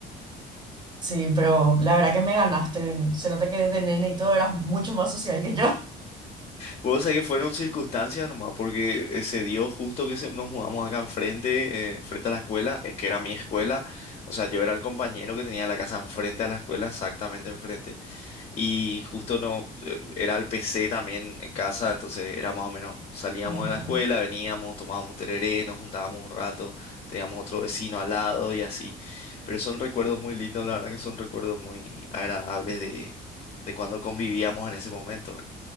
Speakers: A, on the right; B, on the left.
A: Sí, pero la verdad que me ganaste. Se nota que de nene y todo eras mucho más social que yo.
B: Puedo decir que fueron circunstancias nomás, porque eh, se dio justo que se- nos mudamos acá enfrente, eh, frente a la escuela, eh, que era mi escuela, o sea, yo era el compañero que tenía la casa enfrente a la escuela, exactamente enfrente. Y justo no, eh, era el PC también en casa, entonces era más o menos, salíamos
A: <laughs> Ujú.
B: de la escuela, veníamos, tomábamos tereré, nos juntábamos un rato, teníamos otro vecino al lado y así. Pero son recuerdos muy lindos, la verdad que son recuerdos muy agradables de, de cuando convivíamos en ese momento.